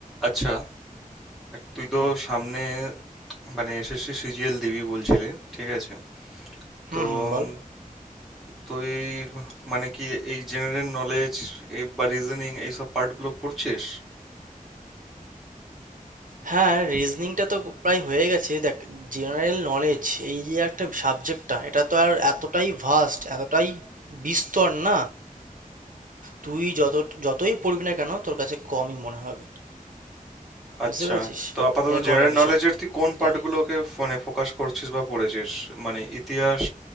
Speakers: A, in the centre; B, on the right (about 65°).
A: আচ্ছা তুই তো
B: হুম
A: সামনে মানে এসএসসি সিজিএল দিবি বলছিলি ঠিক আছে
B: হুম
A: তো
B: হুম
A: উম,
B: বল
A: তুই মানে কি এই জেনারেল নলেজ বা রিজনিং এই সব পার্টগুলো পড়ছিস
B: হ্যাঁ রিজনিংটা তো প্রায় হয়ে গেছে দেখ জেনারেল নলেজ এই যে একটা সাবজেক্টটা এটা তো আর এতটাই ভাস্ট এতটাই বিস্তর না তুই যত যতই পড়বি না কেন তোর কাছে কমই মনে হবে
A: আচ্ছা
B: বুঝতে পেরেছিস
A: তো আপাতত
B: এরকম
A: জেনারেল
B: একটা বিষয়
A: নলেজের তুই কোন
B: তো
A: পার্টগুলোকে ফোনে ফোকাস করছিস বা পড়েছিস মানে ইতিহাস